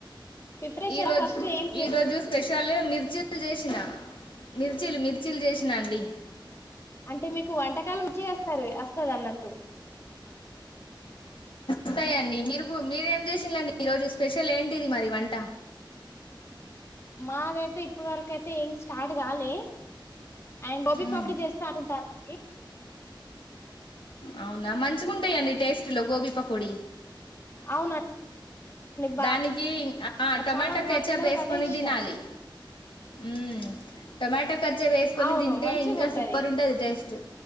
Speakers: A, on the left; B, on the left.
A: ప్రిఫరేష
B: ఈరోజు
A: ఫస్ట్ ఏం చేస్తున్నా
B: ఈరోజు స్పెషల్ మిర్చీలు చేసిన మిర్చీలు మిర్చీలు చేసినా అండి
A: అంటే మీకు వంటకాలు మంచిగా వస్తారు వస్తది అన్నట్టు
B: ఉంటాయండి మీరుకు మీరేం చేసిండ్రు అండి ఈరోజు స్పెషల్ ఏంటిది మరి వంట
A: మాదే ఇప్పుడు వరక అయితే ఏం స్టార్ట్ కాలే అండ్ గోబీ
B: మ్మ్.
A: పాపిడి చేస్తా అనుకుంటా అండి
B: అవునా మంచిగుంటాయా టేస్ట్లో గోబీపకోడి
A: అవునండి బా
B: దానికి టొమాటో
A: చాలా మా
B: కెట్చుప్
A: పిల్లలకి
B: వేసుకొని
A: అదే ఇష్టం
B: తినాలి ఉమ్ టొమాటో కెట్చప్ వేసుకని
A: అవును
B: తింటే
A: మంచిగా
B: ఇంకా
A: ఉంటది
B: సూపర్ ఉంటాది టేస్ట్